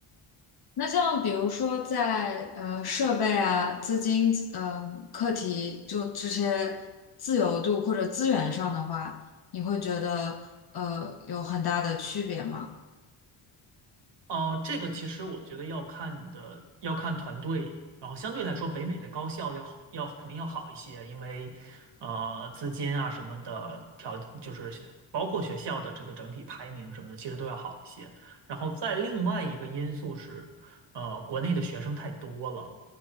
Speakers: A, on the left; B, on the right.
A: 那像比如说在呃设备啊、资金、嗯、课题就这些自由度或者资源上的话，你会觉得呃有很大的区别吗？
B: 哦，呃这个其实我觉得要看你的，要看团队，然后相对来说，北美的高校要好，要肯定要好一些，因为呃，资金啊什么的条，就是学包括学校的这个整体排名什么的，其实都要好一些。然后再另外一个因素是，呃，国内的学生太多了，